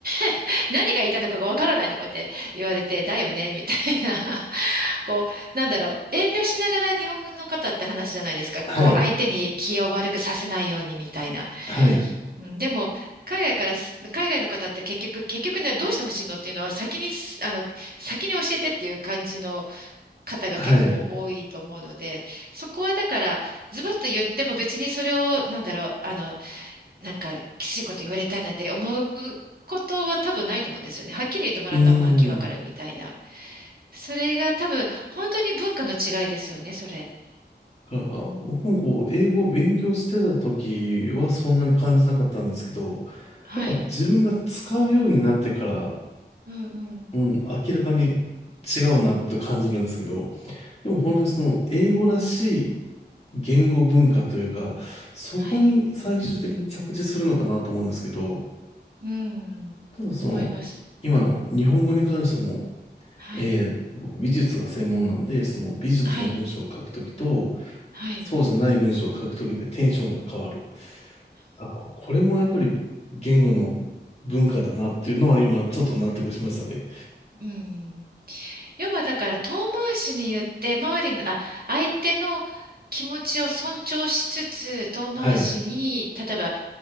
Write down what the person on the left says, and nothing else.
はい。
はい。
はい。う
ーん。
だから僕もこう、
英語を勉強してた時はそんなに感じなかったんですけど、
やっぱ自分が使うようになってから、
うん、明らかに違うなと感じるんですけど、でも本当にその英語らし言語文化というか、そこに最終的に着地するのかなと思うんですけど、
ただその、
今の日本語に関しても、
えー僕美術が専門なんで、その美術の文章を書くときと、
そうじゃない文章を書くときでテンションが変わる。あ、ここれもやっぱり言語の文化だなっていうのは今ちょっと納得しましたね。
はい。